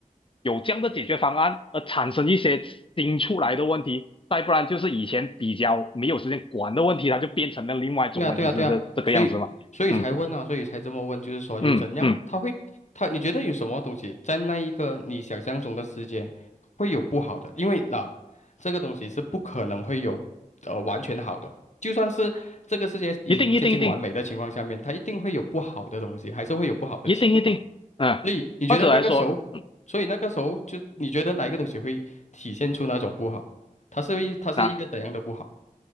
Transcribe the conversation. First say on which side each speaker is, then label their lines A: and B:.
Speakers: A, on the left; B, on the left.
A: 有这样的解决方案而产生一些新出来的问题，再不然就是以前比较没有时间管的问题，它就变成了另外一种问题，
B: 对啊，对啊，
A: 是这这个样子嘛。
B: 对啊，所以所以才问啊，
A: 嗯
B: 所以才这么问，就是说有怎样，
A: 嗯嗯，
B: 他会他你觉得有什么东西在那一个你想象中的世界会有不好的？因为那、啊这个东西是不可能会有呃完全好的，就算是这个世界已经接近完美的情况下面，
A: 一定一定一定
B: 它一定会有不好的东西，还是会有不好的情况。
A: 一定一定，啊，
B: 所以你觉得那个时候，
A: 或者来说
B: 所以那个时候就你觉得哪一个东西会体现出那种不好？它是一它是一个怎样的不好？
A: 啊。